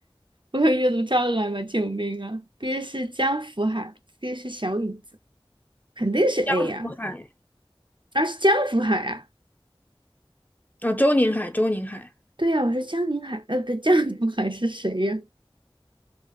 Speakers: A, on the right; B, on the left.
A: 我有阅读障碍吗？救命啊！B 是江福海，C 是小椅子，肯定是 A
B: 周海
A: 呀、啊，而是江福海啊。
B: 啊，周宁海，周宁海。
A: 对呀、啊我说江宁海，呃，不，江福海是谁呀、啊